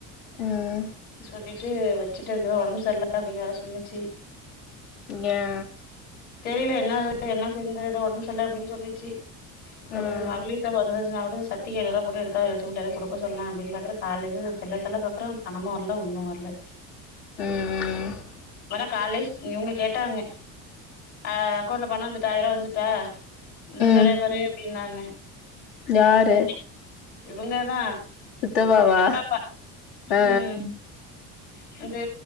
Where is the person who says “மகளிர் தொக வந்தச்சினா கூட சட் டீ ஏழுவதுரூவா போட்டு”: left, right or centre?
Left